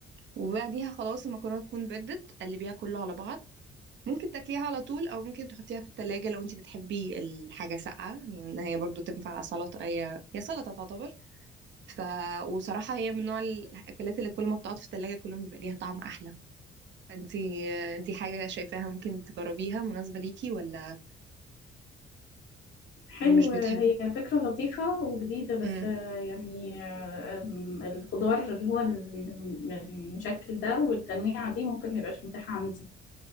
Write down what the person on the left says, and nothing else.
حلو
هي فكرة لطيفة وجديدة بس
آه، يعني آه، آم، الخضار اللي هو الم- المشكل ده والتنويعة دي ممكن ميبقاش متاحة عندي